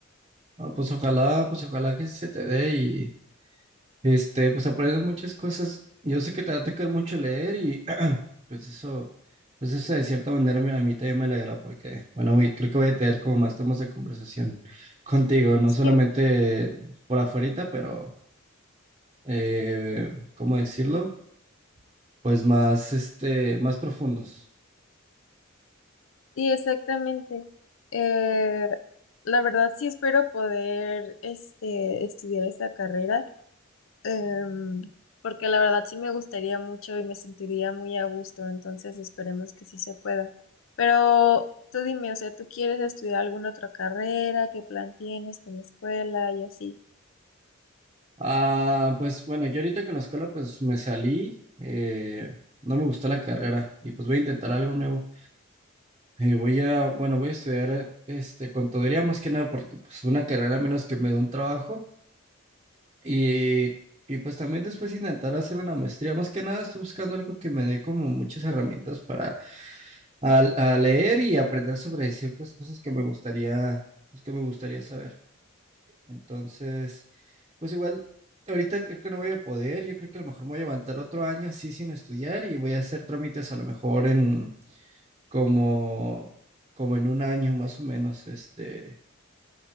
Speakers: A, on the right; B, on the left.
A: Ah, pues ojalá, pues ojalá que sí se te dé Este, pues aprendes muchas cosas. Yo sé que te va a tocar mucho leer y <clears throat> pues eso, pues eso de cierta manera me- a mí también me alegra porque, bueno, güey, creo que voy a tener como más temas de conversación contigo, no
B: Sí,
A: solamente por afuerita, pero, eh, ¿cómo decirlo? Pues más, este, más profundos.
B: sí, exactamente. Eh, la verdad sí espero poder este, estudiar esa carrera. Em, porque la verdad sí me gustaría mucho y me sentiría muy a gusto, entonces esperemos que sí se pueda. Pero tú dime, o sea, ¿tú quieres estudiar alguna otra carrera? ¿Qué plan tienes con la escuela y así?
A: Ah, pues bueno, yo ahorita con la escuela pues me salí, eh, no me gustó la carrera y pues voy a intentar algo nuevo. Eh, voy a, bueno, voy a estudiar este, contaduría más que nada porque pues una carrera menos que me dé un trabajo y, y pues también después intentar hacer una maestría. Más que nada estoy buscando algo que me dé como muchas herramientas para al- a, leer y aprender sobre ciertas cosas que me gustaría, pues que me gustaría saber. Entonces, pues igual, ahorita creo que no voy a poder. Yo creo que a lo mejor me voy a levantar otro año así sin estudiar y voy a hacer trámites a lo mejor en como, como en un año más o menos, este,